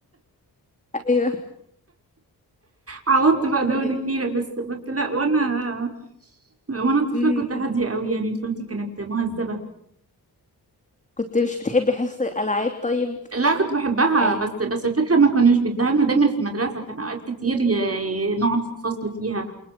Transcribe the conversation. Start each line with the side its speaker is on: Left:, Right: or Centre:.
Left: ايوه
Right: عوضت بقى ده
Left: طيب.
Right: وانا كبيرة بس بس لا وانا وانا طفلة
Left: مم.
Right: كنت هادية قوي يعني طفولتي كانت مهذبة
Left: كنت مش بتحبي حصص الالعاب طيب
Right: لا كنت بحبها
Left: يعني
Right: بس بس الفكرة ما كانوش بيديها لنا دايما في المدرسة كان اوقات كتير ي- نقعد في الفصل فيها